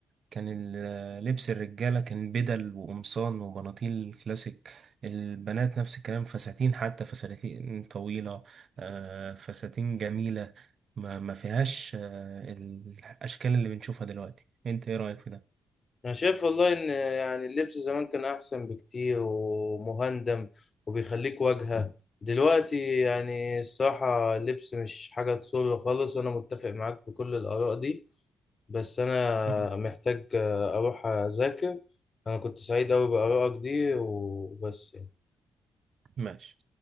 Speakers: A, on the right; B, on the left.
A: كان ال- لبس الرجالة كان بدل وقمصان وبناطيل كلاسيك البنات نفس الكلام فساتين حتى فساتين طويلة آه، فساتين جميلة ما ما فيهاش آه، الأشكال اللي بنشوفها دلوقتي انت ايه رأيك في ده؟
B: انا شايف والله ان يعني اللبس زمان كان احسن بكتير ومهندم وبيخليك واجهة دلوقتي يعني الصراحة اللبس مش حاجة تسر خالص وانا متفق معاك في كل الاراء دي بس انا
A: مم.
B: محتاج اروح اذاكر انا كنت سعيد اوي بارائك دي وبس يعني.
A: ماشي